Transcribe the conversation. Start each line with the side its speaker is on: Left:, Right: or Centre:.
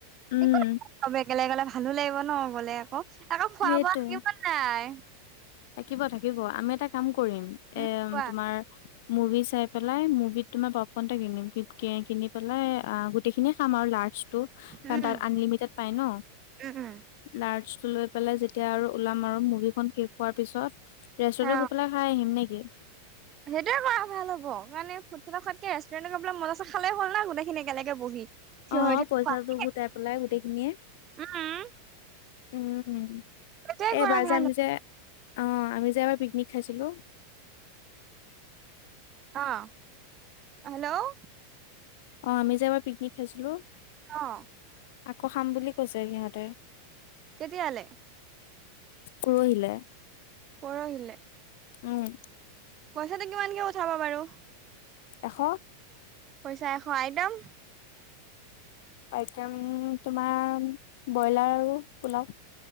Left: উম
Right: একো নাই, চবে একেলগে গলে ভাল ভালো লাগিব ন গ'লে আকৌ? আকৌ খোৱা-বোৱা
Left: সেইটোৱে
Right: থাকিবনে নাই?
Left: থাকিব থাকিব। আমি এটা কাম কৰিম।
Right: উম
Left: এম',
Right: কোৱা
Left: তোমাৰ মুভি চাই পেলাই। মুভিতটো মই পপকৰ্ন এটা কিনিম। <unintelligible> কিনি পেলাই আ', গোটেইখিনিয়ে খাম আৰু লাৰ্জ তো কাৰণ
Right: উম
Left: তাত আনলিমিটেড পাই ন!
Right: উম উম
Left: লাৰ্জটো লৈ পেলাই যেতিয়া আৰু ওলাম আৰু, মুভিখন শেষ হোৱাৰ পিছত ৰেষ্টুৰেটত
Right: অ
Left: গৈ পেলাই খাই আহিম নে কি?
Right: সেইটোৱে কৰা ভাল হ'ব। মানে ফুড ফেদত খোৱাতকে ৰেষ্টৰেণ্টত গৈ পেলাই মজাচে খালেই হ'ল ন গোটেইখিনি একেলগে বহি! থিয়
Left: অ',
Right: হৈ থিয়
Left: পইচাটো
Right: খোৱাতকে
Left: গোটাই পেলাই গোটেইখিনিয়ে
Right: উম,
Left: উম',
Right: সেইটোৱে
Left: এ',
Right: কৰা
Left: এবাৰ
Right: ভাল
Left: যে আমি
Right: হ'ব।
Left: যে আ', আমি যে এবাৰ পিকনিক খাইছিলোঁ।
Right: আ'। আ', হেল্ল'
Left: অ', আমিযে এবাৰ পিকনিক খাইছিলোঁ।
Right: অ'।
Left: আকৌ খাম বুলি কৈছে সিহঁতে।
Right: কেতিয়ালে
Left: পৰহিলে।
Right: পৰহিলে।
Left: উম'।
Right: পইচাটো কিমানকে উঠাব বাৰু?
Left: এশ।
Right: পইচা এশ, আইটেম?
Left: আইটেম তোমাৰ, ব্ৰইলাৰ আৰু পোলাও।